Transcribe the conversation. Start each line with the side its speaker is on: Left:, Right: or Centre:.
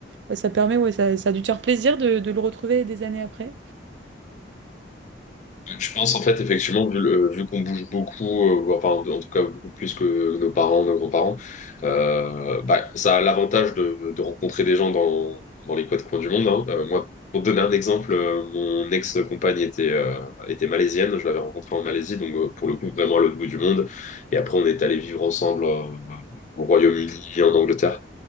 Right: bah, ça permet, ouais, ça, ça a dû te faire plaisir de, de le retrouver des années après.
Left: Je pense en fait, effectivement, vu, le- vu qu'on bouge beaucoup, euh, ou enfin, en en tout cas beaucoup plus que nos parents, nos grands-parents, euh, bah, ça a l'avantage de, de rencontrer des gens dans, dans les quatre coins du monde. hein. Euh, moi, pour te donner un exemple, euh, mon ex-compagne était, euh, était malaisienne, je l'avais rencontrée en Malaisie, donc euh, pour le coup, vraiment à l'autre bout du monde. Et après, on est allé vivre ensemble euh, au Royaume-Uni, en Angleterre.